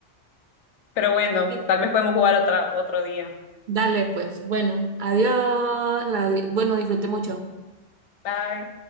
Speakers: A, on the left; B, on the right.
A: Pero bueno,
B: <laughs>
A: tal vez podemos jugar otra, otro día.
B: Dale, pues, bueno, adiós, la di- bueno, disfruté mucho.
A: Bye.